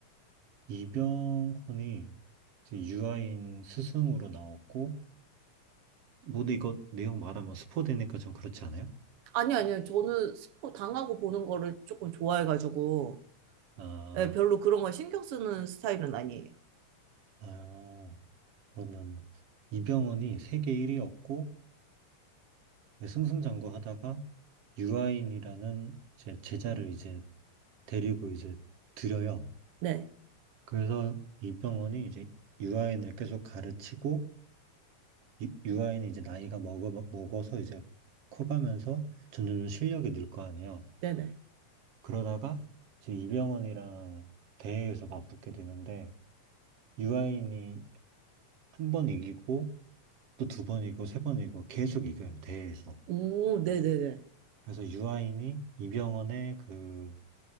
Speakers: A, on the right; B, on the right.
A: 이병헌이 이제 유아인 스승으로 나왔고, 뭐 근데 이거 내용 말하면 스포되니까 좀 그렇지 않아요?
B: 아니, 아니요. 저는 스포 당하고 보는 거를 조금 좋아해가지고,
A: 아,
B: 예, 별로 그런 거 신경 쓰는 스타일은 아니에요.
A: 아, 그러면 이병헌이 세계 1위였고, 승승장구하다가 유아인이라는 이제 제자를 이제 데리고 이제 들여요.
B: 네,
A: 그래서 이병헌이 이제 유아인을 계속 가르치고 유- 유아인이 이제 나이가 먹어, 먹어서 이제 커가면서 점점 실력이 늘 거 아니에요.
B: 네네.
A: 그러다가 이제 이병헌이랑 대회에서 맞붙게 되는데 유아인이 한 번 이기고 또 두 번 이기고 세 번 이기고 계속 이겨요 대회에서.
B: 오, 네네네.
A: 그래서 유아인이 이병헌의 그